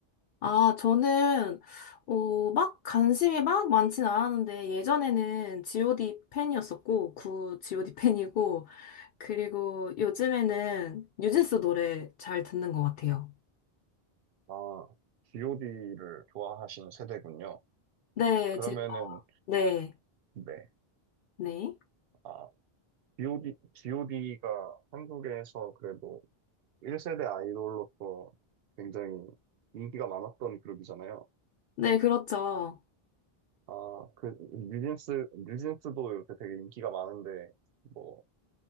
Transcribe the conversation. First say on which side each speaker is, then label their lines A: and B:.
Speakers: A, on the left (about 70°); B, on the right (about 70°).
A: 아, 저는, 어, 막 관심이 막 많진 않았는데, 예전에는 GOD 팬이었었고, 구 GOD 팬이고, 그리고 요즘에는 뉴진스 노래 잘 듣는 것 같아요.
B: 아, GOD를 좋아하시는 세대군요.
A: 네,
B: 그러면은,
A: 제가, 네,
B: 네.
A: 네.
B: 아, GOD, GOD가 한국에서 그래도 1세대 아이돌로서 굉장히 인기가 많았던 그룹이잖아요.
A: 네, 그렇죠.
B: 아, 그, 뉴진스, 뉴진스도 요새 되게 인기가 많은데, 뭐,